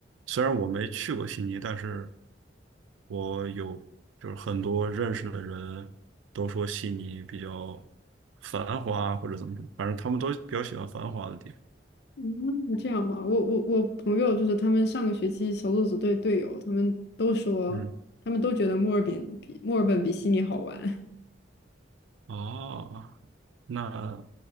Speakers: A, on the right; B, on the left.
A: 虽然我没去过悉尼，但是我有就是很多认识的人都说悉尼比较繁华或者怎么说，反正他们都比较喜欢繁华的地方。
B: 嗯，这样吧，我我我朋友就是他们上个学期小组组队队友，他们都说，
A: 嗯。
B: 他们都觉得墨尔本比墨尔本比悉尼好玩。<laughs>
A: 哦，那